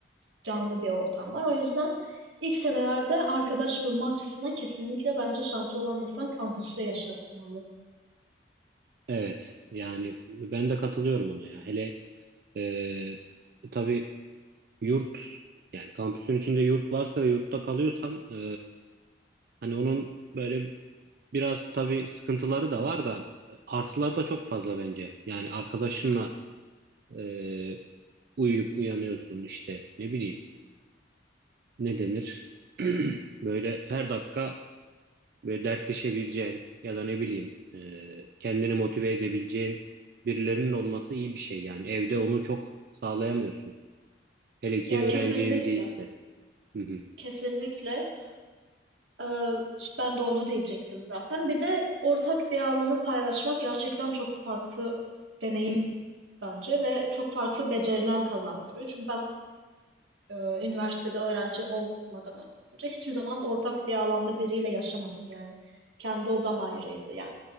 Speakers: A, on the right (about 80°); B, on the right (about 55°).
A: canlı bir ortam var. O yüzden ilk senelerde arkadaş bulma açısından kesinlikle bence şansı olan insan kampüste yaşamalı.
B: Evet. Yani ben de katılıyorum ona ya. Hele e, tabii yurt yani kampüsün içinde yurt varsa ve yurtta kalıyorsan e, hani onun böyle biraz tabii sıkıntıları da var da artıları da çok fazla bence. Yani arkadaşınla e, uyuyup uyanıyorsun işte ne bileyim ne denir? <clears throat> <laughs> Böyle her dakika böyle dertleşebileceğin ya da ne bileyim e, kendini motive edebileceğin birilerinin olması iyi bir şey yani. Evde onu çok sağlayamıyorsun. Hele ki
A: Ya
B: öğrenci
A: kesinlikle,
B: evi değilse. Hı hı,
A: kesinlikle. Ee, ben de onu diyecektim zaten. Bir de ortak bir alanı paylaşmak gerçekten çok farklı deneyim bence ve çok farklı beceriler kazandırıyor. Çünkü ben e, üniversitede öğrenci olmadan önce hiçbir zaman ortak bir alanda biriyle yaşamadım. Yani kendi odam ayrıydı yani.